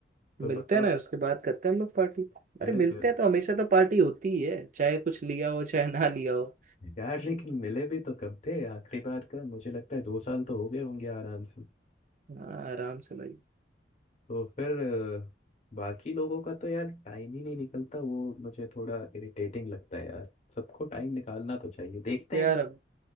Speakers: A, on the left; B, on the right.
A: तो
B: मिलते
A: बताओ
B: हैं ना उसके बाद करते हैं हम लोग पार्टी अरे
A: अरे
B: मिलते
A: ब-
B: हैं तो हमेशा तो पार्टी होती ही है चाहे कुछ लिया हो चाहे ना लिया हो
A: यार लेकिन मिले भी तो कब थे आखिरी बार का मुझे लगता है दो साल तो हो गए होंगे आराम से
B: हाँ आराम से भाई
A: तो फिर अ, बाकी लोगों का तो यार टाइम ही नहीं निकलता वो मुझे थोड़ा इरिटेटिंग लगता है यार सबको टाइम निकालना तो चाहिए देखते
B: यार
A: हैं
B: अब